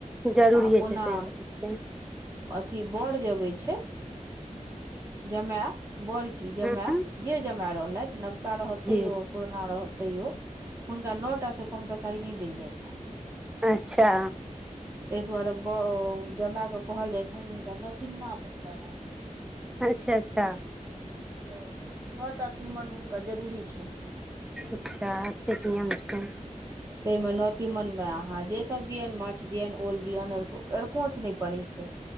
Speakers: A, in the centre; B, on the right.
A: जरूरिए
B: आ ओना
A: छै सही बात छै
B: कि बर जे अबै छै जमायब बड़की जमााय
A: हूँ हूँ,
B: जे जमा रहले नवका रहते तैयो
A: जी
B: पुरना तैयो हुनका नओटा स कम तरकारी ने देल जाइ छै
A: अच्छा
B: ताहि दुआरे ब जमााय कऽ कहल जाइ छनि हिनका नोतिमना भेटले हँ
A: अच्छा अच्छा
B: तऽ नओ टा तीमन हुनका जरूरी छै
A: अच्छा एतेक नियम छै
B: ताहिमे नओ नतिमनमे अहाँ जे सब दिये माछ दियन ओलदियन अरकोंच नहि पड़ै छै